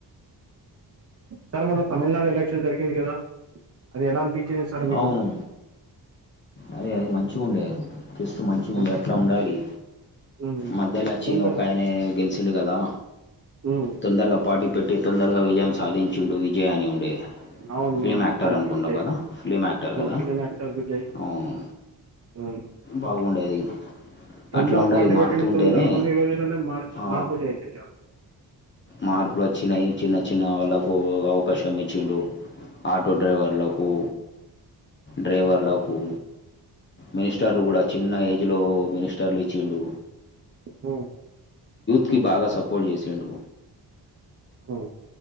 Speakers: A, on the right; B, on the left.
A: సార్ మొన తమిళనాడు ఎలక్షన్ జరికింది కదా అది ఎలా అనిపించి ది సర్ మీకు
B: అవును అదే అది మంచిగా ఉండే బేస్ట్ మంచిగా
A: మంచి
B: ఉండే అట్లా ఉండాలి
A: హ్మ్.
B: మధ్యలో వచ్చి
A: తొందర
B: ఒక ఆయన గెలిచిండు కదా
A: హ్మ్.
B: తొందరగా పార్టీ పెట్టి తొందరగా విజయం సాధించిండు విజయ్ అని ఉండే
A: అవును
B: ఫిలిమ్
A: మొత్తానికి
B: యాక్టర్ అనుకుంటా
A: విజయ్
B: కదా ఫిలిమ్ యాక్టర్ కదా
A: ఫిలిం యాక్టర్ విజయ్
B: అవును
A: హ్మ్.
B: బాగుండేది
A: తొందర
B: అట్లా ఉండాలి
A: పార్టీ పెట్టిండు
B: మారుతూ ఉంటేనే
A: తొందర కొన్ని రోజులనే మార్చ
B: ఆ,
A: మార్పు చేయి చేసారు
B: మార్పులు వచ్చినాయి చిన్న చిన్న వాళ్ళకు అవకాశం ఇచ్చిండు ఆటో డ్రైవర్లకు డ్రైవర్లకు మినిస్టర్లు కూడా చిన్న ఏజ్లో మినిస్టర్లు ఇచ్చిండు
A: హ్మ్
B: కి బాగా సపోర్ట్ చేసిండు
A: హ్మ్